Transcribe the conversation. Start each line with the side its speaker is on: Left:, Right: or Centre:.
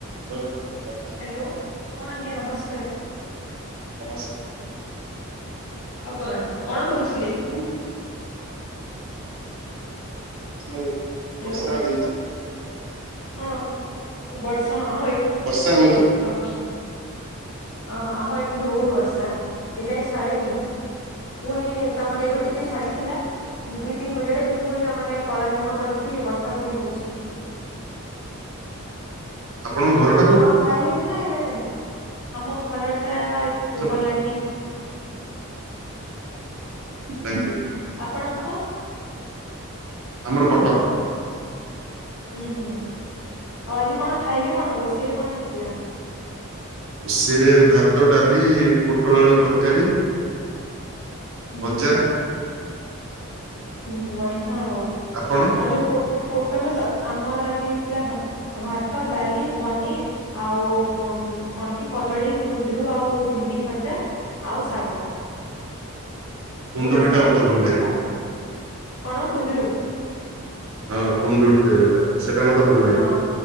Right: ଯଉ <inaudible>
Left: ହ୍ୟାଲୋ ହଁ ଆଜ୍ଞା ନମସ୍କାର।
Right: ନମସ୍କାର।
Left: ଆଉ କଣ କଣ କରୁଥିଲେ?
Right: ବୁହ <inaudible> ମୁଁ
Left: ହ୍ୟାଲୋ
Right: ବର୍ଷା ଦେଇଚି।
Left: ହଁ ବର୍ଷା ଆମ ଏ
Right: ବର୍ଷା ହଉଛି।
Left: ହ ଅ ହ ଆମ ଏଠି ବି ବହୁତ ବର୍ଷା ଏ ଯାଏ ଛାଡିନି। ପୁଣି ତାମାନେ ଏବେ ଟିକେ ଛାଡିଥିଲା। ଦୁଇ ତିନି ବଜାଡେ ଏ ଫୁଣି ତା ମାନେ କଳା ମେଘ କରିକି ବର୍ଷା ଫୁଣି ହଉଛି।
Right: ଆପଣଙ୍କ ଘର?
Left: ଆଉ କଣ ଖାଇଲେଣି ନା ଏବେ ନାଇଁ? ଆମ ଘର ଟା
Right: ନା
Left: ବଲାଙ୍ଗୀର।
Right: ଵଲାଙ୍ଗୀର।
Left: ଆପଣଙ୍କ?
Right: ଆମର କଟକ।
Left: ଉୁଁ ହୁଁ ଆଉ ଆଜି କଣ ଖାଇଲେ କଣ ରୋଷେଇରେ କଣ ହେଇଥିଲା?
Right: ରୋଷଇରେ ଭାତ ଡାଲି ପୋଟଳ ଆଳୁ ତରକାରୀ।
Left: ହୁଁ
Right: ଭଜା।
Left: ହୁଁ ହୁଁ ବଢିଆ ଆଉ
Right: ଆପଣ?
Left: ଆଉ ଯୋଉ ପୋ ପୋଟଳ ତ ଆମର ଆଜି ହେଇଥିଲା ଭାତ ଡାଲି ପନିର। ଆଉ କଁ କୁଁ କଣ କି କଦଳୀ କୁନ୍ଦରୁ ଆଉ ଭେଣ୍ଡି ଭଜା। ଆଉ ଶାଗ।
Right: କୁଣ୍ଡୁରିଟା
Left: ମୂଲା ଶାଗ
Right: ମତେ
Left: ହେଇଥିଲା
Right: ଭଲ ଲାଗେ।
Left: ଆଉ କଣ କୁନ୍ଦରୁ।
Right: ହଁ କୁନ୍ଦୁଡି ଟା ଯଉଟା ସେଟା ମତେ ଭଲ ଲାଗେ
Left: ହଁ